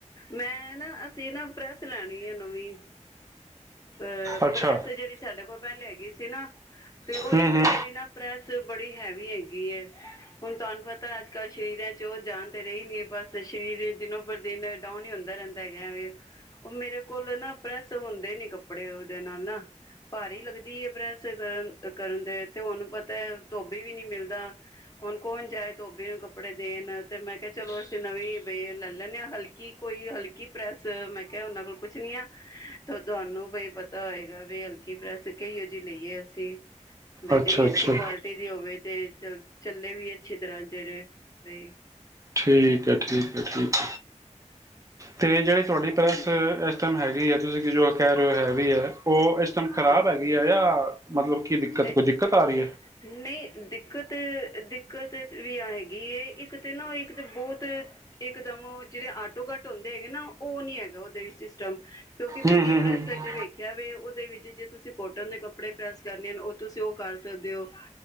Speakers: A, on the left; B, on the right.
A: ਮੈਂ ਨਾ ਅਸੀਂ ਨਾ ਪ੍ਰੈਸ ਲੈਣੀ ਹੈ ਨਵੀਂ। ਅਹ
B: ਅੱਛਾ
A: ਪ੍ਰੈਸ ਜਿਹੜੀ ਸਾਡੇ ਕੋਲ ਪਹਿਲੇ ਹੈਗੀ ਸੀ ਨਾ ਤੇ ਉਹ
B: ਹੂੰ
A: ਇੱਕ
B: ਹੂੰ
A: ਤਾਂ ਮੇਰੀ ਨਾ ਪ੍ਰੈਸ ਬੜੀ ਹੈਵੀ ਹੈਗੀ ਹੈ। ਹੁਣ ਤੁਹਾਨੂੰ ਪਤਾ ਅੱਜ ਕੱਲ੍ਹ ਸਰੀਰਾਂ ਚ ਉਹ ਜਾਣ ਤਾਂ ਰਹੀ ਨਹੀਂ। ਬਸ ਸਰੀਰ ਦਿਨੋ ਪਰ ਦਿਨ ਡਾਊਨ ਹੀ ਹੁੰਦਾ ਰਹਿੰਦਾ ਹੈਗਾ ਵੀ ਉਹ ਮੇਰੇ ਕੋਲ ਨਾ ਪ੍ਰੈਸ ਹੁੰਦੇ ਨੀ ਕੱਪੜੇ ਉਹਦੇ ਨਾਲ ਨਾ ਭਾਰੀ ਲੱਗਦੀ ਹੈ ਪ੍ਰੈਸ ਕਰਨ ਕਰਨ ਦੇ ਤੇ ਉਹਨੂੰ ਪਤਾ ਹੈ ਧੋਬੀ ਵੀ ਨੀ ਮਿਲਦਾ ਹੁਣ, ਕੌਣ ਜਾਏ ਧੋਬੀ ਨੂੰ ਕੱਪੜੇ ਦੇਣ ਤੇ ਮੈਂ ਕਿਹਾ ਚਲੋ ਨਵੀਂ ਹੀ ਪਈ ਏ, ਲੈ ਲੈਂਦੇ ਹ ਹਲਕੀ ਕੋਈ ਹਲਕੀ ਪ੍ਰੈਸ, ਮੈਂ ਕਿਹਾ ਉਹਨਾਂ ਕੋਲ ਪੁੱਛ ਨੀ ਆ ਤੇ ਤੁਹਾਨੂੰ ਬਈ ਪਤਾ ਹੋਏਗਾ ਵੀ ਹਲਕੀ ਪ੍ਰੈਸ ਕਈਓ ਜਿਹੀ ਲਈਏ ਅਸੀਂ। ਬ ਜਿਹੜੀ
B: ਅੱਛਾ ਅੱਛਾ
A: ਅੱਛੀ ਕੁਆਲਿਟੀ ਦੀ ਹੋਵੇ ਤੇ ਚੱਲ ਚੱਲੇ ਵੀ ਅੱਛੀ ਤਰ੍ਹਾਂ ਜਿਹੜੇ ਲਈ
B: ਠੀਕ ਹੈ ਠੀਕ <unintelligible> ਤੇ ਜਿਹੜੀ ਤੁਹਾਡੀ ਪ੍ਰੈਸ
A: ਹਾਂਜੀ
B: ਇਸ ਟਾਈਮ ਹੈ <unintelligible> ਤੁਸੀਂ ਜੋ ਕਹਿ ਰਹੇ ਹੋ ਹੈਵੀ ਹੈ ਉਹ ਖ਼ਰਾਬ
A: ਹਾਂ
B: ਹੈਗੀ ਆ ਯਾ ਮਤਲਬ ਕੀ ਦਿੱਕਤ,
A: ਇਹ
B: ਕੋਈ ਦਿੱਕਤ ਆ ਰਹੀ ਹੈ?
A: ਨਹੀਂ ਦਿੱਕਤ ਦਿੱਕਤ ਵੀ ਆ ਹੈਗੀ ਇੱਕ ਤੇ ਨਾ ਇੱਕ ਤਾਂ ਬਹੁਤ ਇਕ ਦਮ ਜਿਹੜੇ ਆਟੋ ਘੱਟ ਹੁੰਦੇ ਹੈਗੇ ਨਾ ਉਹ ਨੀ ਹੈਗਾ ਦੇ ਵੀ ਸਿਸਟਮ। ਕਿਉਂਕਿ
B: ਹੂੰ
A: ਮੈਂ ਕੀ
B: ਹੂੰ ਹੂੰ
A: ਪ੍ਰੈਸ ਚ ਵੇਖਿਆ ਵੇ ਦੇ ਵਿੱਚ ਜੇ ਤੁਸੀਂ ਕੋਟਨ ਦੇ ਕੱਪੜੇ ਪ੍ਰੈਸ ਕਰ ਲੇ ਉਹ ਤੁਸੀਂ ਉਹ ਕਰ ਸਕਦੇ ਹੋ